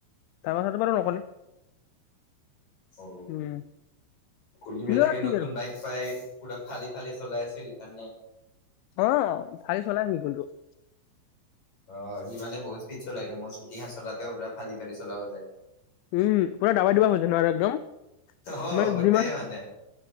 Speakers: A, on the left; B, on the left.
A: তাৰ কথাটো বাৰু নকলে।
B: অ
A: উম,
B: কুলদিপে
A: সিও
B: ছাগে
A: কি
B: নতুন
A: আৰু
B: বাইক। পায় পুৰা ফালি ফালি চলাই আছিল সকাৰণে।
A: অ ফালি চলাহি কিন্তু সি।
B: অ সি মানে বহুত স্পীড চলাই টো মোৰ স্কুটীখন চলাওতে ফালি ফালি চলাব যায়।
A: উম পুৰা দাবা দিব খোজে ন একদম
B: অ
A: ম
B: গোটেই
A: যিমান,
B: মানে